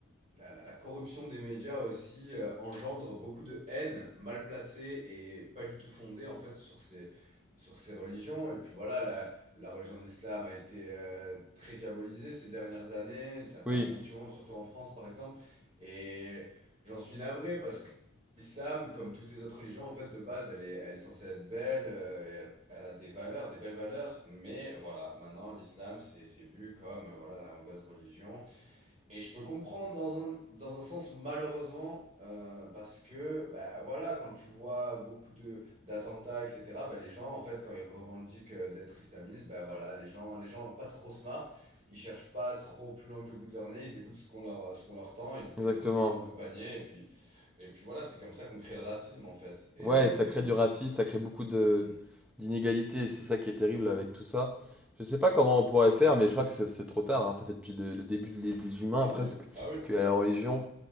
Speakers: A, on the right (about 30°); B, in the centre.
A: la, la- la corruption des médias aussi euh, engendre beaucoup de haine mal placée et pas du tout fondée en fait sur ces, sur ces religions. Et puis voilà, la, la religion de l'islam a été euh, très diabolisée ces dernières années. Ça fait
B: oui,
A: un bon petit moment, surtout en France par exemple. Et J'en suis navré parce que l'islam, comme toutes les autres religions, en fait, de base, elle est, elle est censée être belle, euh, et elle, elle a des valeurs, des belles valeurs, mais voilà, maintenant, l'islam, c'est, c'est vu comme euh, voilà, la mauvaise religion, et je peux comprendre dans un, dans un sens malheureusement euh, parce que bah, voilà quand tu vois beaucoup de d'attentats etc bah, les gens en fait quand ils revendiquent euh, d'être islamistes bah, voilà les gens les gens pas trop smart ils cherchent pas trop plus loin que le bout de leur nez ils écoutent ce qu'on leur ce qu'on leur tend et du coup
B: exactement.
A: ils mettent tout le monde dans le même panier et puis et puis voilà c'est comme ça qu'on crée le racisme en fait et
B: Ouais,
A: euh,
B: et ça crée du racisme, ça crée beaucoup de
A: hmm.
B: d'inégalités, et c'est ça qui est terrible avec tout ça. Je sais pas comment on pourrait faire, mais je crois que c'est c'est trop tard, hein. Ça fait depuis de- le début de- des humains
A: ah
B: presque
A: oui ah oui
B: que la religion.